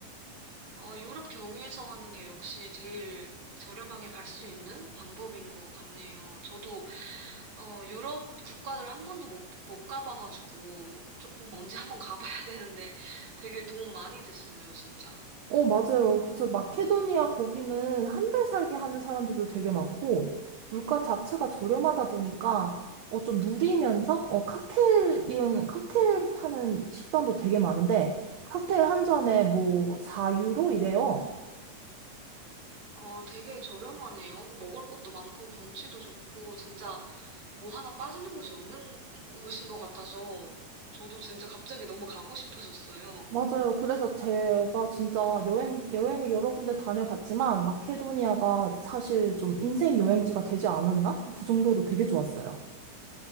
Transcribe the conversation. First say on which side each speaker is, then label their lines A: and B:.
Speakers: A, on the right; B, on the right.
A: 어, 유럽 경유해서 하는 게 역시 제일 저렴하게 갈 수 있는 방법인 것 같네요. 저도 어, 유럽 국가를 한 번도 못, 못 가봐가지고 좀 언제 한번 가봐야 <laughs> 되는데 되게 도움 많이 됐어요, 진짜.
B: 어, 맞아요. 그래서 마케도니아 거기는 한 달 살기 하는 사람들도 되게 많고, 물가 자체가 저렴하다 보니까, 어, 좀 누리면서, 어, 칵테일, 이런 칵테일 파는 식당도 되게 많은데, 칵테일 한 잔에 뭐, 4유로 이래요.
A: 아, 되게 저렴하네요. 그 먹을 것도 많고 경치도 좋고 진짜 뭐 하나 빠지는 곳이 없는 곳인 것 같아서 저도 진짜 갑자기 너무 가고 싶어졌어요.
B: 맞아요. 그래서 제가 진짜 여행, 여행을 여러 군데 다녀봤지만, 마케도니아가 사실 좀 인생 여행지가 되지 않았나? 그 정도로 되게 좋았어요.